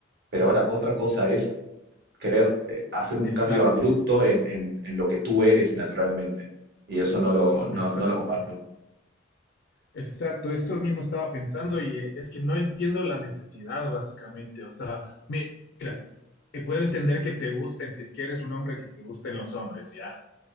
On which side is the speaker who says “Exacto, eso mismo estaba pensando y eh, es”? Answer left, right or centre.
Left